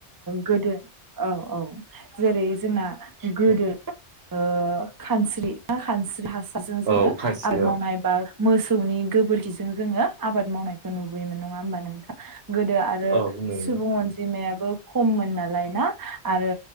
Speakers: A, on the right; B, on the right.
A: गोदो औ औ जेरै जोंना गोदो
B: औ
A: ओ खानस्रि <unintelligible> खानस्रि हास सारजों जोङो
B: औ खानस्रियाव
A: आबाद मावनाय बा मोसौनि गोबोरखिजों जोङो आबाद मावनायखौ नुबोयोमोन नङा होमबा नोंथां गोदो आरो
B: औ नुयोमोन
A: सुबुं अनजिमायाबो खममोन नालाय ना आरो